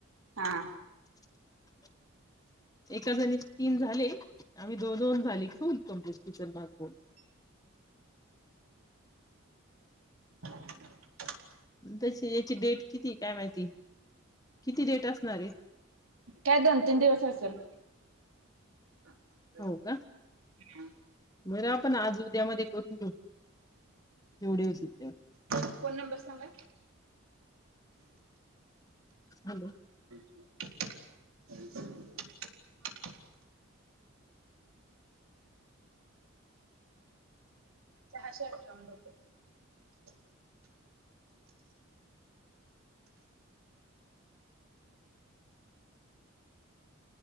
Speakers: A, on the right; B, on the left.
A: हा-हा
B: रिकामा ऑडिओ एका जणी तीन झाले आम्ही दोन दोन झाले <unintelligible> रिकामा ऑडिओ
A: रिकामा ऑडिओ
B: तशी याची डेट कितीये काय माहिती किती डेट असणार ये
A: काय दोन तीन दिवस असल रिकामा
B: हो का
A: ऑडिओ
B: बरं आपण आज उद्या मध्ये करून घेऊ जेवढे होतील तेव
A: फोन नंबर सांगा
B: हॅलो
A: रिकामा ऑडिओ सहाशे अठ्ठावन्न रुपये